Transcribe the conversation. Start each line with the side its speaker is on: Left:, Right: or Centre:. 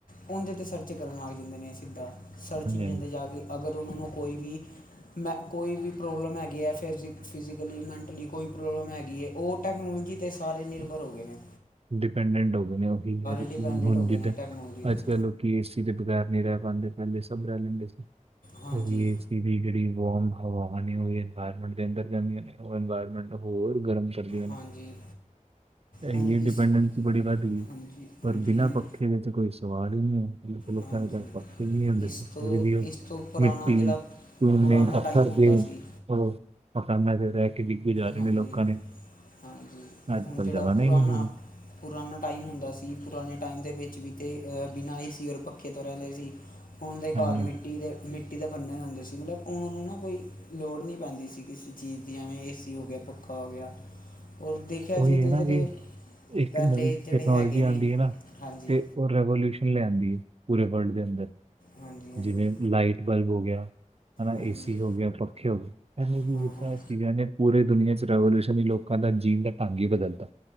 Left: ਉਹਂਦੇ ਤੇ ਸਰਚ ਕਰਨ ਲੱਗ ਜਾਂਦੇ ਨੇਂ, ਸਰਚਿੰਗ
Right: ਹਾਂਜੀ
Left: ਤੇ ਜਾ ਕੇ ਅਗਰ ਉਹਨਾਂ ਨੂੰ ਕੋਈ ਵੀ ਮੈਂ ਕੋਈ ਵੀ ਪ੍ਰੋਬਲਮ ਹੈਗੀ ਏ, ਫਿਜ਼ ਫਿਜੀਕਲੀ, ਮੈਂਟਲੀ ਕੋਈ ਪ੍ਰੋਬਲਮ ਹੈਗੀ ਏ ਉਹ ਟੈਕਨੋਲੋਜੀ ਤੇ ਸਾਰੇ ਨਿਰਭਰ ਹੋ ਗਏ ਨੇਂ।
Right: ਡਿਪੈਂਡੈਂਟ ਹੋ ਗਏ ਨੇਂ, ਉਹੀ ਹੈ
Left: ਡਿਪੈਂਡਡ
Right: ਹੁਣ
Left: ਹੋ ਗਏ
Right: ਜਿੱਦਾਂ,
Left: ਨੇ ਟੈਕਨੋਲੋਜੀ
Right: ਅੱਜ-ਕੱਲ੍ਹ
Left: 'ਤੇ
Right: ਕਿ ਏਸੀ ਦੇ ਬਗੈਰ ਨਈਂ ਰਹਿ ਪਾਂਦੇ, ਪਹਿਲੇ ਸਭ ਰਹਿ ਲੈਂਦੇ ਸੀ।
Left: ਹਾਂਜੀ
Right: ਉਹ ਹੀ ਏ ਦੀ ਜਿਹੜੀ ਵਾਰਮ ਹਵਾਵਾਂ ਨੇਂ, ਉਹ ਇਨਵਾਰਮੈਂਟ ਦੇ ਅੰਦਰ ਜਾਂਦੀਆਂ ਨੇਂ, ਉਹ ਇਨਵਾਇਰਮੈਂਟ ਹੋਰ ਗਰਮ ਸਤਿ ਸ੍ਰੀ ਅਕਾਲ।
Left: ਹਾਂਜੀ
Right: <unintelligible>
Left: ਹੁਣ ਇਸ
Right: ਡਿਪੇੰਡਨਸੀ ਬੜੀ ਵੱਧ ਗਈ।
Left: ਹਾਂਜੀ
Right: ਪਰ
Left: ਹਾਂਜੀ
Right: ਬਿਨਾਂ
Left: ਹੁਣ
Right: ਪੱਖੇ ਦੇ ਕੋਈ ਸਵਾਲ ਹੀ ਨਈਂ ਏ। ਮੈਂ ਚਲੋ ਲੋਕਾਂ
Left: ਹਾਂਜੀ
Right: ਦੇ ਘਰ ਪੱਖੇ ਨਈਂ ਹੁੰਦੇ
Left: ਇਸ
Right: ਸੀ, ਫਿਰ
Left: ਤੋਂ
Right: ਵੀ ਉਹ
Left: ਇਸ
Right: <unintelligible>
Left: ਤੋਂ ਪੁਰਾਣਾ
Right: ਮਿੱਟੀ।
Left: ਜਿਹੜਾ
Right: ਨੇਂ
Left: ਪੁਰਾਣਾ
Right: ਪੱਥਰ
Left: ਟਾਈਮ ਹੁੰਦਾ
Right: ਦੇ,
Left: ਸੀ
Right: ਉਹ, ਮਕਾਨਾਂ ਤੇ ਰਹਿ ਕੇ ਕੇ ਬੀਗੂ ਜਾ ਰਹੇ
Left: ਹਾਂਜੀ
Right: ਨੇਂ ਲੋਕਾਂ ਨੇਂ,
Left: ਹਾਂਜੀ
Right: ਅੱਜ-ਕੱਲ
Left: ਹੁਣ ਜਿਹੜਾ
Right: ਜਗ੍ਹਾ ਨਈਂ
Left: ਪੁਰਾਣਾ
Right: ਐ।
Left: ਪੁਰਾਣਾ ਟਾਈਮ ਹੁੰਦਾ ਸੀ। ਪੁਰਾਣੇ ਟਾਈਮ ਦੇ ਵਿੱਚ ਵੀ ਤੇ, ਬਿਨਾਂ ਏਸੀ ਔਰ ਪੱਖੇ ਤੋਂ ਰਹਿੰਦੇ ਸੀ। ਹੁਣ ਦੇ ਘਰ
Right: ਹਾਂਜੀ
Left: ਮਿੱਟੀ
Right: ਹਾਂਜੀ
Left: ਦੇ। ਮਿੱਟੀ ਦੇ ਬਣੇ ਹੁੰਦੇ ਸੀ। ਮਤਲਬ ਉਹਨਾਂ ਕੋਈ ਲੋੜ ਨਈ ਪੈਂਦੀ ਸੀ ਕਿਸੇ ਚੀਜ਼ ਦੀ ਐਵੇਂ ਇਸ ਏਸੀ ਹੋ ਗਿਆ, ਪੱਖਾ ਹੋ ਗਿਆ। ਔਰ ਦੇਖਿਆ
Right: ਉਹੀ
Left: ਜੀਦੇ
Right: ਹੈ ਨਾ
Left: ਜਿਹੜੇ,
Right: ਕਿ ਇੱਕ
Left: ਪਹਿਲੇ
Right: ਨਵੀਂ
Left: ਜਿਹੜੇ
Right: ਟੈਕਨੋਲੋਜੀ
Left: ਹੈਗੇ
Right: ਆਉਂਦੀ
Left: ਨੇਂ
Right: ਹੈ ਨਾ
Left: ਹਾਂਜੀ।
Right: ਤੇ ਉਹ ਰੈਵੋਲਿਊਸ਼ਨ ਲਿਆਂਦੀ। ਪੂਰੇ ਵਰਲਡ ਦੇ ਅੰਦਰ।
Left: ਹਾਂਜੀ ਹਾਂਜੀ
Right: ਜਿਵੇਂ ਲਾਈਟ ਬਲਬ ਹੋ ਗਿਆ ਹਨਾ,
Left: ਹਾਂਜੀ
Right: ਏਸੀ ਹੋ ਗਿਆ, ਪੱਖੇ ਹੋ ਗਏ। ਇਹ ਕੀ
Left: ਹਾਂ
Right: ਕੀਤਾ
Left: ਹਾਂ
Right: ਇਹਨਾਂ ਨੇਂ, ਪੂਰੇ ਦੁਨੀਆਂ ਚ ਰਵੋਲਊਸ਼ਨ ਲੋਕਾਂ ਦਾ ਜੀਨ ਦਾ ਢੰਗ ਹੀ ਬਦਲਤਾ।